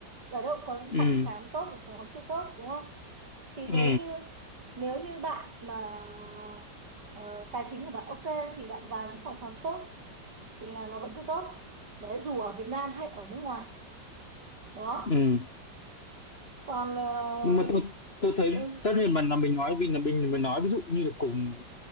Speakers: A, on the right; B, on the left.
A: Ở đâu cũng có những
B: ừ
A: phòng khám tốt và phòng khám chưa tốt đúng không? Thì
B: ừ
A: nếu như nếu như bạn mà ờ, tài chính của bạn ok thì bạn vào những phòng khám tốt thì là nó vẫn cứ tốt đấy dù ở Việt Nam hay ở nước ngoài đó
B: ừ
A: còn ờ,
B: nhưng mà tôi tôi thấy
A: ừ
B: tất nhiên mà là mình nói vì là mình mình nói ví dụ như là cùng